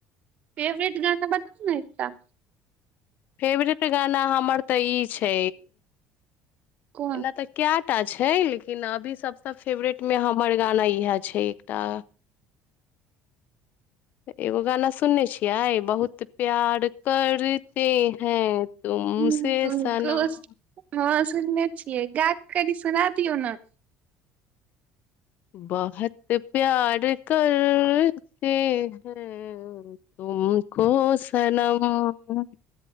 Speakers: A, on the right (about 35°); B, on the left (about 45°).
A: फेवरेट गाना बताउ ना एकटा।
B: फेवरेट गाना हमर तऽ ई छै
A: कोन
B: एना तऽ कैटा छै लेकिन अभी सबसँ फेवरेट मे हमर गाना इहा छै एकटा। एगो गाना सुनने छियै बहुत प्यार करते हैं तुम
A: हूँ
B: से
A: तुमको
B: सनम।
A: हँ सुनने छियै गा क कनि सुना दियौ ना।
B: <unintelligible> <unintelligible>